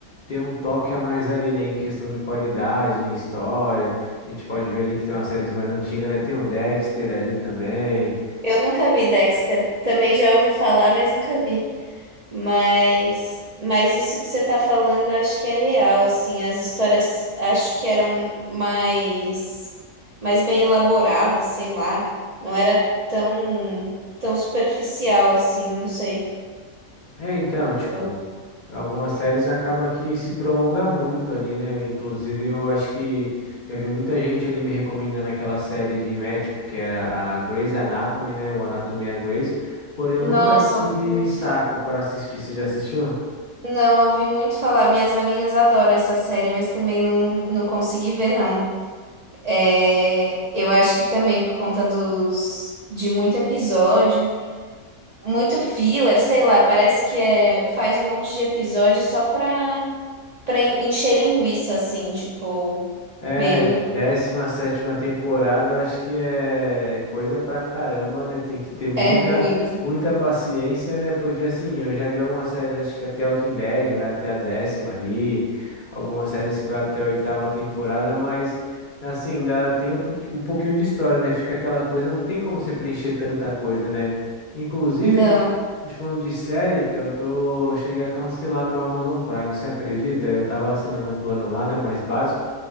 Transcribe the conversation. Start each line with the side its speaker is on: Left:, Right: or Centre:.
Left: tem um toque a mais ali, né? Em questão de qualidade, em história. A gente pode ver ali que tem umas séries mais antigas, né? Tem o Dexter ali também.
Right: eu nunca vi Dexter. Também já ouvi falar, mas nunca vi. Mas, mas isso que você tá falando, eu acho que é real, assim, as histórias acho que eram mais mais bem elaboradas, sei lá, não era tão tão superficial assim, não sei.
Left: É, então, tipo,
Right: Eu-
Left: algumas séries acaba que se prolonga muito ali, né? Inclusive, eu acho que já vi muita gente ali me recomendando aquela série de médico que era a Grey's Anatomy, né? O Anatomia Grey's. Porém, eu
Right: Nossa,
Left: nunca tive
Right: eu ouvi muito
Left: saco
Right: fa-
Left: para assistir. Você já assistiu?
Right: Não, eu ouvi muito falar, minhas amigas adoram essa série, mas também não, não consegui ver, não. É, eu acho que também por conta dos de muito episódio muito filler, sei lá, parece que é, faz um monte de episódio só pra, pra en- encher linguiça, assim, tipo,
Left: É,
Right: meio,
Left: décima sétima temporada, eu acho que é coisa pra caramba, né? Tem que ter muita,
Right: é muita.
Left: muita paciência, né? Porque assim, eu já vi algumas séries, acho que até o Walking Dead vai até a décima ali, algumas séries que vai até a oitava temporada, mas assim, ainda tem um, pouqui- um pouquinho de história, né? Fica aquela coisa, não tem como você preencher tanta coisa, né? Inclusive,
Right: Não,
Left: a gente, a gente falando de série, eu tô, cheguei a cancelar meu Amazon Prime, você acredita? Eu tava assinando um plano lá, né? O mais básico